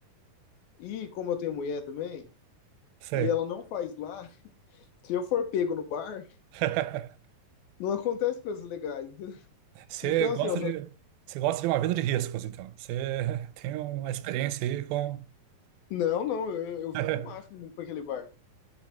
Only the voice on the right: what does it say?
Sei.
<laughs>
Você
gosta
de, você gosta de uma vida de riscos, então. Você <laughs> tem uma experiência aí com.
<laughs>